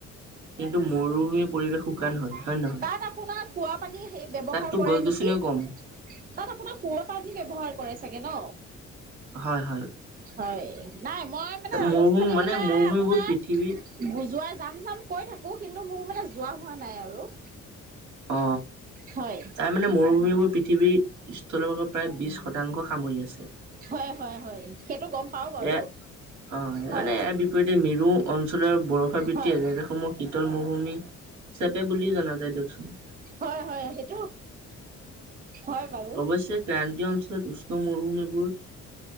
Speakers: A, on the right; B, on the right.
A: কিন্তু মৰুভুমি পৰিৱেশ শু শুকান হয়। হয় নে নহয়?
B: তাত আপোনাৰ কুঁৱা পানী ব্যৱহাৰ
A: তাততো
B: কৰে
A: গছ গছনিও
B: নেকি
A: কম
B: তাত আপোনাৰ কুঁৱা পানী ব্যৱহাৰ কৰে চ চাগে ন
A: হয় হয়
B: হয় নাই মই মানে ৰাজস্থানী
A: মৰুভূমি
B: মানে
A: মৰুভূমিবোৰ
B: আপোনাৰ
A: পৃথিৱী
B: বুজোৱাই যাম যাম কৈ থাকো অ কিন্তু মোৰ মানে যোৱা হোৱা নাই আৰু
A: অ
B: হয়
A: তাৰ মানে মৰুভূমিবোৰ পৃথিৱী তলভৰ প্ৰায় বিশ শতাংশ সামৰি আছে
B: হয় হয় হয় সেইটো গম পাও বাৰু
A: এয় অ মানে
B: হয়
A: ইয়াৰ বিপৰীতে মেৰু অঞ্চশ লৰ বৰফা বৃত্তি
B: হয়
A: এলেকাসমূহ শীতল মৌশুমি হিচাপে বুলিও জনা যায় কিয়কচোন
B: হয় হয় সেইটো হয় বাৰু
A: অৱশ্যে ক্ৰান্তি অ ছত উষ্ণ মৰুভূমিবোৰ